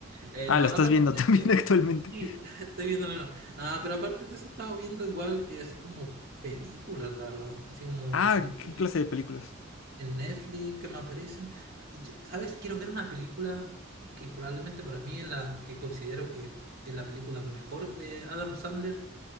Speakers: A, on the right; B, on the left.
A: eh,
B: Ah,
A: no,
B: la
A: aparte
B: estás viendo
A: de
B: <laughs> también
A: eso.
B: actualmente.
A: Sí, <laughs> estoy viendo, no, no. Nada, pero aparte de eso, estaba viendo igual, eh, así como películas, la verdad. Así como
B: Ah,
A: películas
B: ¿qué clase de películas?
A: en Netflix que me aparecen. Yo- ¿Sabes? Quiero ver una película que probablemente para mí es la que considero que es la película mejor de Adam Sandler.